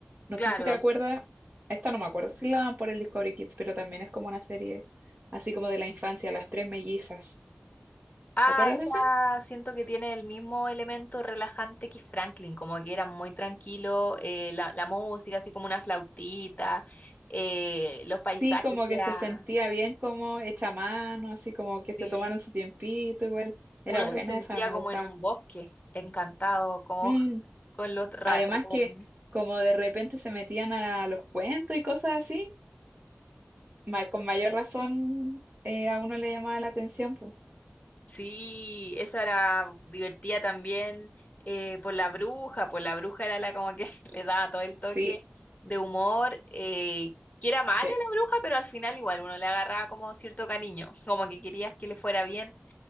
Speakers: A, on the right (about 45°); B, on the left (about 30°).
A: No
B: Claro.
A: sé si te acuerdas, esta no me acuerdo si la dan por el Discovery Kids, pero también es como una serie así como de la infancia, Las Tres Mellizas.
B: Ah,
A: ¿Te acuerdas
B: esa
A: de esa?
B: siento que tiene el mismo elemento relajante que Franklin, como que era muy tranquilo, eh, la, la música, así como una flautita, eh, los paisajes,
A: Sí, como
B: que
A: que
B: era...
A: se sentía bien como hecha a mano, así como que se
B: Sí,
A: tomaron su tiempito igual. Era
B: uno
A: buena
B: se sentía
A: esa, me
B: como
A: gustaba.
B: en un bosque, encantado, como
A: Mm,
B: <laughs> con los ratones.
A: Además que como de repente se metían a, la- a los cuentos y cosas así, ma- con mayor razón eh, a uno le llamaba la atención, pues.
B: Sí, esa era divertida también eh, por la bruja, por la bruja era la como que <laughs> le daba todo el toque
A: Sí.
B: de humor, eh, que era mala
A: Sí,
B: la bruja, pero al final igual uno le agarraba como cierto cariño, como que querías que le fuera bien